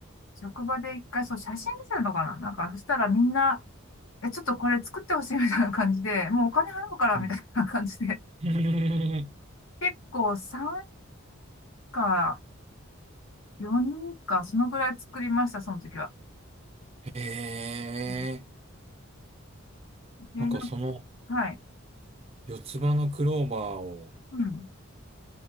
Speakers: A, on the left; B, on the right.
A: 職場で一回、そう、写真見せるのかななんか、そしたらみんな、え、ちょっとこれ作ってほしいみたいな感じで、もうお金払うからみたいな感じで、
B: うん。<laughs>
A: <laughs> 結構3か4人か、そのぐらい作りました、その時は。
B: へえ、
A: うんでなんか
B: なんかその
A: はい。
B: 四つ葉のクローバーを、
A: うん。